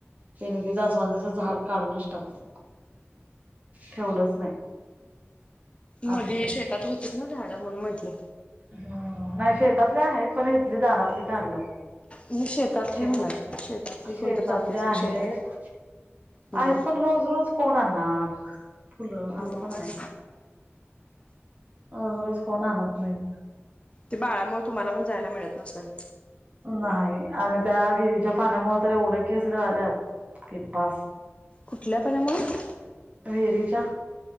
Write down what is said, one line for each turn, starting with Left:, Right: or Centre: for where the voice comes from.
Right: त्यानी ते जाासवांदााच झाड काढूनच टाकलं ठेवलंच नाही
Left: मध्ये
Right: असं
Left: शेतात होतीच ना झाडं म्हणून म्हंटले
Right: ह् नाही शेतातले आहेत पण इथली दारातली काडल्यात
Left: मी शेतातली
Right: शेतात
Left: म्हणाले शेतातली कोणतरी
Right: शेतातले
Left: जातेच की
Right: आहेत
Left: शेतात हम्म
Right: आहेत पण रोज रोज कोण आणणार फुलं
Left: हम्म
Right: असं पण आहे रज ररोज कोण आणत नाही
Left: ते बाळामुळे तुम्हाला पण जायला मिळत नसेल
Right: नाही आणि त्या वििरीच्या पाण्यामुळे तर एवढे केसळालेत कि बस
Left: खुठला प ना मग
Right: वेरीचा